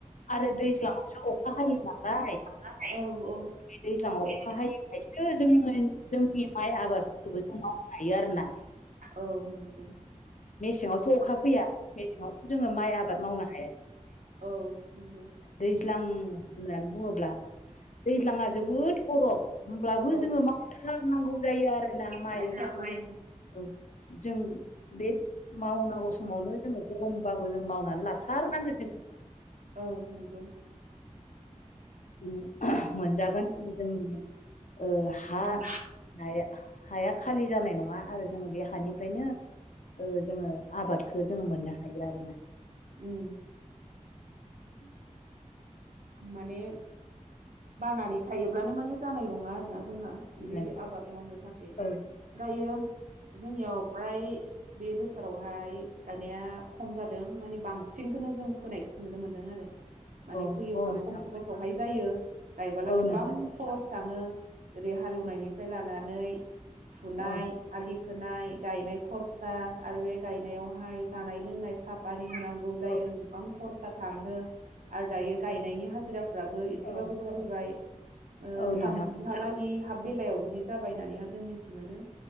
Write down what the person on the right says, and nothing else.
अखानालाय
बे
औ नंगौ।
औ नंगौ
औ
आव खारनांगौ
औ नंगौ।
उम
उम
माने बानानै थायोब्लानो माने जानाय नङा आरोना। जोंहा बेबायदि
आबाद मावनो थाखाय
दायो जोंनियाव फ्राय बे बोसोरावहाय गायनाया खम जादों माने बां सिनखौनो जों फोनायखौ नुनो मोनदों आरो।
जेब्ला
खम खरसावहाय जायो गायबोला
गोबां
खरस थाङो ओरै हालेवनायनिफ्राय लानानै फुनाय
आलि खोनाय गायनाय खरसा आरो बे गायनायावहाय जानाय लोंनाय साफा दै होनांगौ जायो
आरो गोबां खरसा थाङो आरो दायो‌ गायनायनि हाजिर हाजिराफ्राबो एसेबाबो
बारायबाय ओ
थामजौहालागै
हाब बेलायाव बिदि जाबाय होननानैहा जों मिथि मोनो